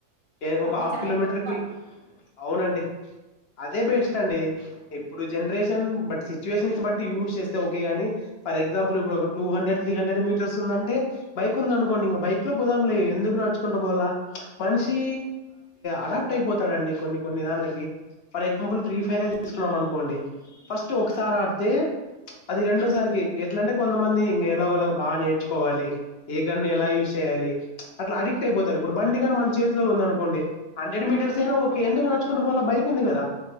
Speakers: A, on the left; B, on the right.
A: ఎ ఒక
B: అవి
A: హాఫ్
B: చాలా
A: కిలోమీటర్
B: గొప్ప
A: కి అవునండి అదే బె వేస్ట్ అండి ఇప్పుడు జనరేషన్ బట్ సిచువేషన్స్ బట్టి యూస్ చేస్త ఓకే గాని ఫర్ ఎగ్జాంపుల్ ఇప్పుడు ఒక two hundred three hundred metres ఉందంటే బైక్ ఉంది అనుకోండి ఇంక బైక్ లో పోదాంలే ఎందుకు నడుచు నడుచుకుంటూపోవల మనిషి అడాప్ట్ అయిపోతాడు అండి కొన్ని కొన్ని దానిలకి ఫర్ ఎగ్జాంపుల్ ఫ్రీ ఫైర్ తీసుకున్నాం అనుకోండి ఫస్ట్ ఒకసారి ఆడితే అది రెండోసారికి ఎట్లా అంటే కొంతమంది ఇంక ఎలాగోలా బాగా నేర్చుకోవాలి ఏ గన్ని ఎలా యూస్్ చేయాలి అట్లా అడిక్ట్ అడిక్ట్ అయిపోతారు ఇప్పుడు బండి కాని మన చేతిలో ఉంది అనుకోండి హండ్రెడ్ మీటర్స్ అయినా ఓకే ఎందుకు నచ్చుకుంట పో బైక్ ఉంది కదా